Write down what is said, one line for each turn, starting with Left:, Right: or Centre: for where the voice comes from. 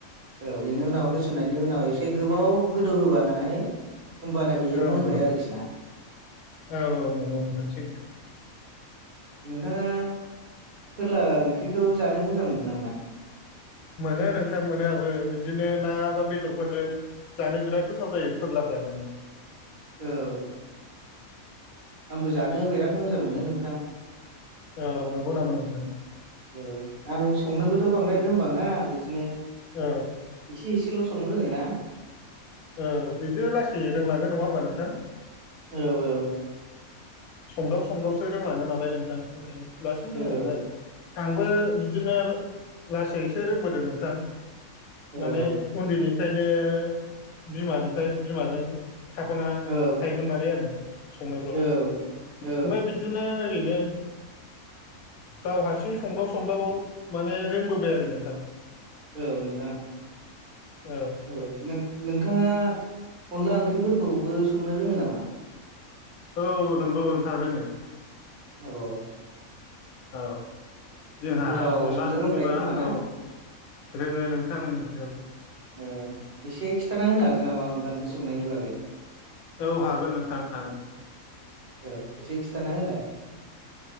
Right: औ बेनि उनाव हो बुथुनायनि उनाव एसे गोबाव गोदौहोबानानै होमबानो बियो
Left: औ
Right: मोनबाय
Left: नंगौ
Right: आरोखिना।
Left: औ औ नोंगौ नोंथां सैथो।
Right: नोंथाङा फोरला ओंख्रिखौ जानो मोजां मोनगोन ना मोना।
Left: मोनो नोंथां मोनो आंबो बिदिनो ना बा बेदरफोरजों। जानो बिराद गोथाव जायो फोरलाफ्रा माने।
Right: औ। आंबो जानो बिराद मोजां मोनो नोंथां।
Left: अ नंगौ नामा नोंथां।
Right: औ आं संनोबोथ' बांद्राय
Left: औ
Right: रोंबाङा बिदिनो।
Left: औ।
Right: एसे एसेल' संनो रोङोना।
Left: औ बिदि लासै रोंलांगोन नङा होमबा नोंथां।
Right: औ।
Left: संदाव संदावसो रोंलांगोन नालाय नोंथां ओंखायनो। लासैनो
Right: औ
Left: रोंलाङो आरो आंबो बिदिनो लासैसो रोंबोदों नोंथां।
Right: औ
Left: माने उन्दैनिफ्रायनो। बिमानिफ्राय बिमाजों थाफाना
Right: औ
Left: थायोमोन नालाय आङो। संनायफ्राव
Right: औ
Left: ओमफ्राय
Right: औ
Left: बिदिनो ओरैनो। गाव हारसिं संदाव संदाव माने रोंबोबाय आरो नोंथां।
Right: औ नोंथां।
Left: औ।
Right: औ नोंथाङा अनला ओंख्रिफोरखौबो संनो रोङो नामा।
Left: औ नंगौ नोंथां रोङो।
Right: औ।
Left: औ। जोंहा
Right: गोथाव
Left: अनला
Right: संनो
Left: संनोबा
Right: रोंखायो खोमा ना
Left: औ रोङो नोंथां रोङो औ।
Right: औ एसे खिथाना होनो हागोन नामा अनला ओंख्रि संनायनि बागै।
Left: औ हागोन नोंथां हागोन।
Right: औ एसे खिथाना होलाय।